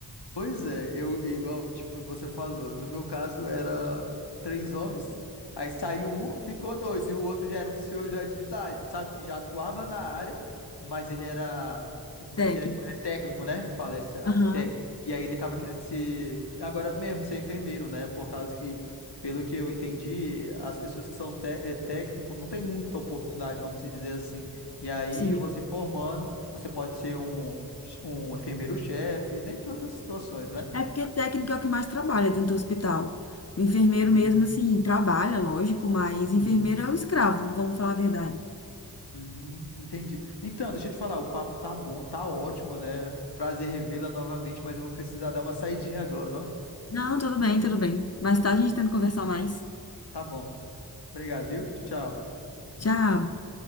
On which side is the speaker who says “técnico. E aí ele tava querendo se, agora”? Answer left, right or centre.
Left